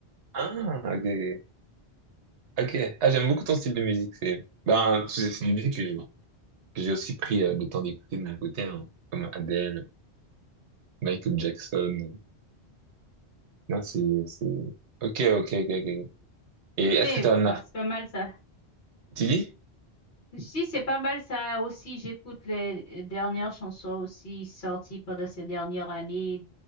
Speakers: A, on the right (about 80°); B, on the left (about 70°).
A: Ah, ok. Ok. Ah, j'aime beaucoup ton style de musique. C'est ben, c'est c'est des musiques que j'ai que j'ai aussi pris euh, le temps d'écouter de mon côté, hein, comme Adele, Michael Jackson. Non, c'est, c'est... Ok, ok, ok, ok. Et est-ce
B: Et
A: que t'as un
B: bah,
A: art...
B: c'est pas mal ça.
A: Tu dis?
B: Si, c'est pas mal ça aussi. J'écoute les dernières chansons aussi sorties pendant ces dernières années